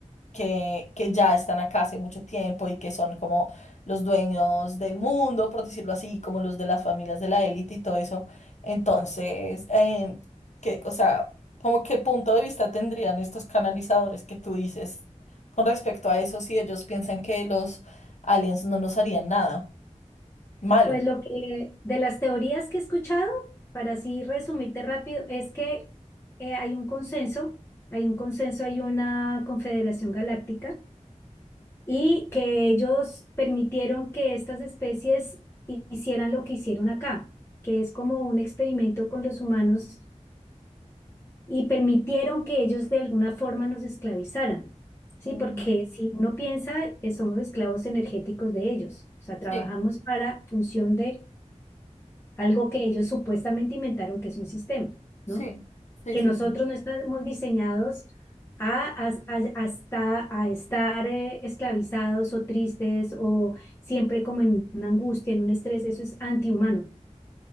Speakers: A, on the left (about 65°); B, on the left (about 20°).
A: que, que ya están acá hace mucho tiempo y que son como los dueños del mundo, por decirlo así, como los de las familias de la élite y todo eso. Entonces, em, que, o sea, ¿como qué punto de vista tendrían estos canalizadores que tú dices con respecto a eso si ellos piensan que los aliens no nos harían nada? Malo.
B: pues lo que de las teorías que he escuchado, para así resumirte rápido, es que eh, hay un consenso, hay un consenso, hay una confederación galáctica y que ellos permitieron que estas especies hi- hicieran lo que hicieron acá, que es como un experimento con los humanos y permitieron que ellos de alguna forma nos esclavizaran, ¿sí?
A: Mm,
B: Porque si uno piensa, eh, somos esclavos energéticos de ellos, o sea,
A: Sí,
B: trabajamos para función de algo que ellos supuestamente inventaron, que es un sistema,
A: sí,
B: ¿no?
A: sí,
B: Que
A: sí,
B: nosotros
A: sí.
B: no estamos diseñados a, a- a- hasta, a estar eh, esclavizados o tristes o siempre como en una angustia, en un estrés, eso es antihumano.